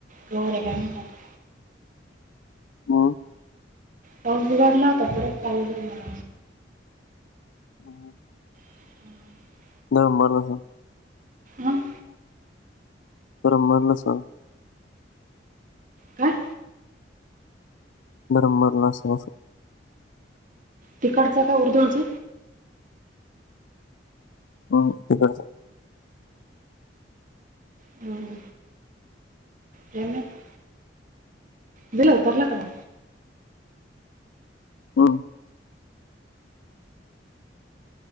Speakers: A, on the right (about 45°); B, on the left (about 85°).
A: काय होणार ये काय माहिती आत्ता
B: <unintelligible> हम्म
A: पाऊस उघडला होता परत चालू झाला.
B: हम्म
A: हम्म
B: नाय मला नको <unintelligible>
A: मग
B: परमाणला सांग
A: काय?
B: बरं मग नसू असं <unintelligible>
A: तिकडचं का उर्धवच
B: हो तिकडंच
A: हम्म हम्म काय माहित बीला उतारला का मग?
B: हम्म